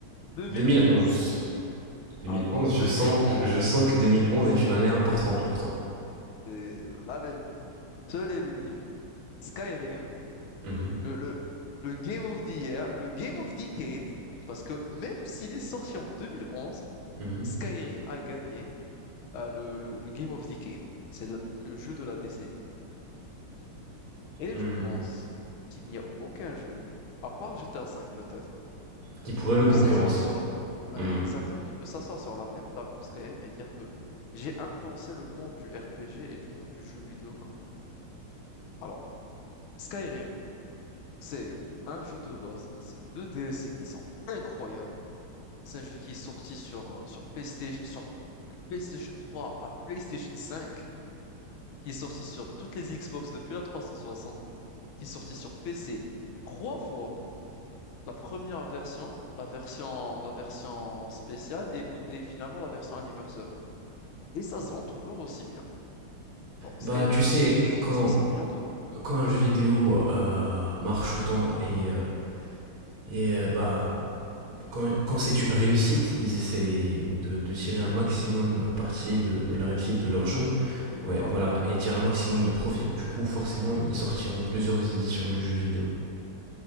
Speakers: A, on the left (about 75°); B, on the right (about 70°).
A: 2011.
B: 2011. 2011,
A: Alors, 2011,
B: je sens, je, je sens que 2011 est une année importante pour toi.
A: c'est la légende, seul et l'unique, Skyrim,
B: Mhm.
A: le, le, le Game of the Year, le Game of Decade, parce que même s'il est sorti en 2011,
B: Mhm.
A: Skyrim a gagné euh, le, le- le Game of Decade. C'est le, le jeu de la décennie. Et
B: Hmm.
A: je pense qu'il n'y a aucun jeu, à part GTA V peut-être,
B: Qui pourrait
A: Il peut
B: le concurrencer.
A: s'asseoir sur l- ouais,
B: Hmm.
A: exact, donc il peut s'asseoir sur la même table que Skyrim et dire que j'ai influencé le monde du RPG et du monde du jeu vidéo comme moi. Alors, Skyrim, c'est un jeu de base, c'est deux DLC qui sont incroyables. C'est un jeu qui est sorti sur, euh, sur PlayStation, sur PlayStation 3 à PlayStation 5, qui est sorti sur toutes les Xbox depuis la 360, qui est sorti sur PC trois fois. La première version, la version, la version spéciale et, ou- et finalement la version anniversary. Et ça se vend toujours aussi bien. Bon, Skyrim,
B: Bah, tu sais,
A: c'est plus de tr-
B: quand,
A: 60 millions de ventes.
B: quand un jeu vidéo euh, marche autant et euh, Et euh, bah, quand, quand c'est une réussite, ils essayent de, de tirer un maximum parti de, de la réussite de
A: De
B: leur
A: profit,
B: jeu.
A: oui, oui,
B: Ouais,
A: oui. Ben,
B: voilà, et tirer un maximum de profit. Du coup, forcément, ils sortiront plusieurs éditions du jeu vidéo.